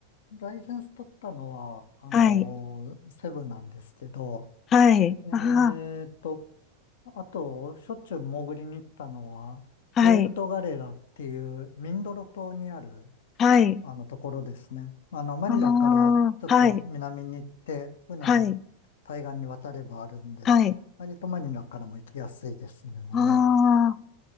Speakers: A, on the left; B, on the left.
A: ライセンス取ったのは、あの、
B: はい。
A: セブなんですけど、
B: はい。
A: えっと、
B: あ
A: あと、しょっちゅう潜りに行ったのは、
B: あ、
A: プエルトガレラっていうミンドロ島にある
B: はい。はい。
A: あのところですね。あの、マニラからちょっと南に行って、
B: ああ、はい。
A: 船で対岸に渡ればあるんで、
B: はい。はい。
A: 割とマニラからも行きやすいですね。もうね。
B: ああ。